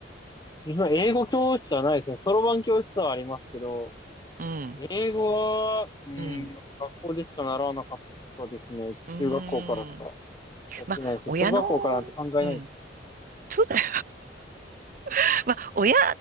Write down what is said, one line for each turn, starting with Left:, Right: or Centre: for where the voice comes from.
Left: 自分は英語教室はないですね。そろばん教室はありますけど、
Right: うん、
Left: 英語は、うん、
Right: うん、
Left: 学校でしか習わなかったですね。
Right: うー
Left: 中学校からしか
Right: ん。
Left: やってないですね。
Right: まあ、親の、
Left: 小学校からなんて考えないですね。
Right: うん、そうだよ。<laughs> まあ、親